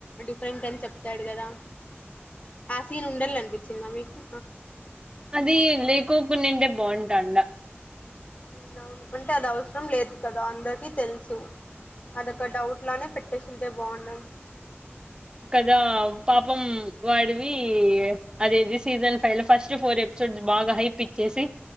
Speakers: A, on the left; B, on the right.
A: డిఫరెంట్ అని చెప్తాడు గదా ఆ సీన్ ఉండాలె అనిపించిందా మీకు
B: అది లేకోకుండింటే బావుంటాడా
A: ఉమ్ అవును అంటే అది అవసరం లేదు కదా అందరికిీ తెలుసు అదొక డౌట్ లానే పెట్టేసింటె బావుండనిపించింది
B: కదా పాపం వాడివి అదేది సీజన్ ఫైన ఫస్ట్ ఫోర్ ఎపిసోడ్స్ బాగా హైప్ ఇచ్చేసి